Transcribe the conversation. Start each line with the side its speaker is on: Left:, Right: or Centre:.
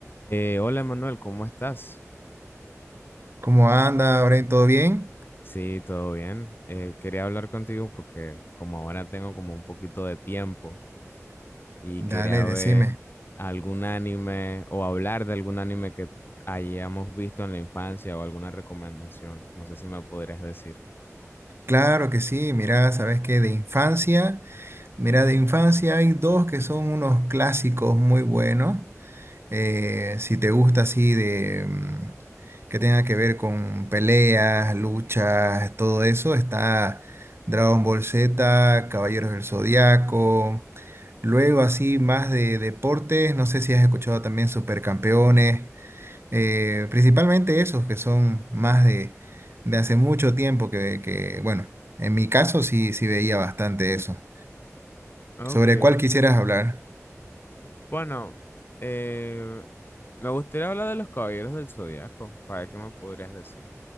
Left: Eh, hola Manuel, ¿cómo estás?
Right: ¿Cómo anda, Oren? ¿Todo bien?
Left: Sí, todo bien. Eh, quería hablar contigo porque como ahora tengo como un poquito de tiempo y
Right: Dale,
Left: quería ver
Right: decime.
Left: algún anime o hablar de algún anime que hayamos visto en la infancia o alguna recomendación. No sé si me podrías decir.
Right: Claro que sí, mira, sabes que de infancia, mira, de infancia hay dos que son unos clásicos muy buenos. Eh, si te gusta así de mm, que tenga que ver con peleas, luchas, todo eso, está Dragon Ball Z, Caballeros del Zodiaco. Luego así más de deportes, no sé si has escuchado también Supercampeones. Eh, principalmente esos que son más de, de hace mucho tiempo que, que, bueno, en mi caso sí, sí veía bastante eso.
Left: Ok.
Right: ¿Sobre cuál quisieras hablar?
Left: Bueno, eh, me gustaría hablar de los Caballeros del Zodiaco. ¿Para qué me podrías decir?